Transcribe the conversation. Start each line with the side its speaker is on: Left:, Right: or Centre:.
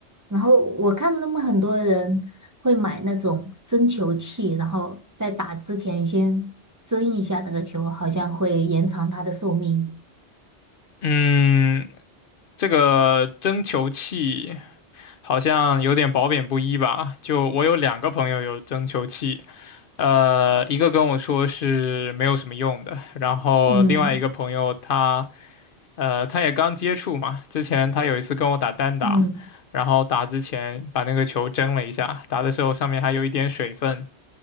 Right: 然后我看他们很多人会买那种针球器，然后在打之前先针一下那个球，好像会延长它的寿命。
Left: 嗯，这个蒸球器好像有点褒贬不一吧？就我有两个朋友有蒸球器，呃，一个跟我说是没有什么用的，然后另外一个朋友他。
Right: 嗯
Left: 呃，他也刚接触嘛，之前他有一次跟我打单打，
Right: 嗯，
Left: 然后打之前把那个球蒸了一下，打的时候上面还有一点水分，